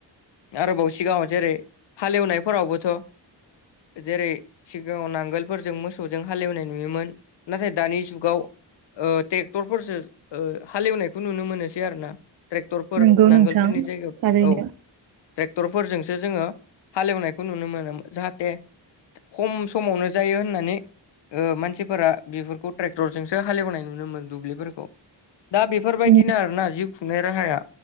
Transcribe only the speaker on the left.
आरोबाव सिगाङाव जेरै हाले एवनायफोरावबोथ' जेरै सिगाङाव नांगोलफोरजों मोसौजों हाले एवनाय नुयोमोन नाथाय दानि जुगाव ट्रेक्टरफोरसो हालेवनायखौ नुनो मोनोसै आरो ना ट्रेक्टरफोर
नांगोलफोरनि जायगायाव
औ ट्रेक्टरफोरजोंसो जोङो हालेवनायखौ नुनो मोनो जाहाथे खम समावनो जायो होननानै मानसिफोरा बेफोरखौ ट्रेक्टरजोंसो हालेवनाय नुनो मोनोन दुब्लिफोरखौ दा बेफोरबायदिनो
आरोना जिउ खुंनाय राहाया